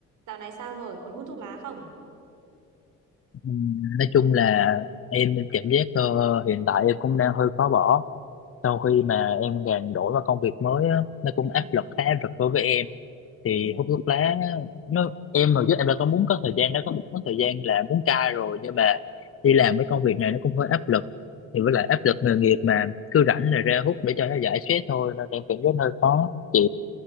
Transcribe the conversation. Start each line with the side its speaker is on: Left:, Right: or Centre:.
Right: Dạo này sao rồi, còn hút thuốc lá không?
Left: Ừm, nói chung là em em cảm giác ờ, hiện tại em cũng đang hơi khó bỏ sau khi mà em gàn đổi vào công việc mới á, nó cũng
Right: Ừ.
Left: áp lực khá áp lực đối với em
Right: Ừ.
Left: thì hút thuốc lá á, nó em hồi trước em đã có muốn có thời gian đó có một có thời gian là muốn cai rồi nhưng mà đi làm cái công việc này nó cũng hơi áp lực thì với
Right: ừ.
Left: lại áp lực nghề nghiệp mà cứ rảnh là ra hút để cho nó giải stress thôi nên em cảm giác hơi khó chị